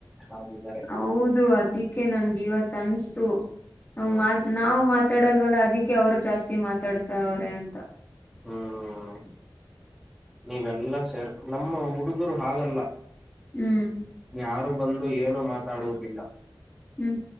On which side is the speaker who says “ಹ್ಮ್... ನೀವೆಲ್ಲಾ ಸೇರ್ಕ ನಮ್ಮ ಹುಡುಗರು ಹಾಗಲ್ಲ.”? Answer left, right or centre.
Centre